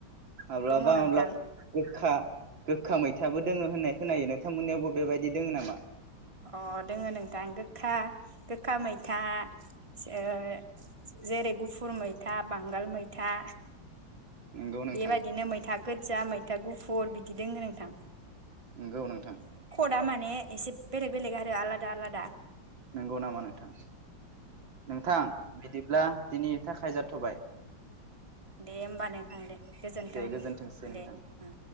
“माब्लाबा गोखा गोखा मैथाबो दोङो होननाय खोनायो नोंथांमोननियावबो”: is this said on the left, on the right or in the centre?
Right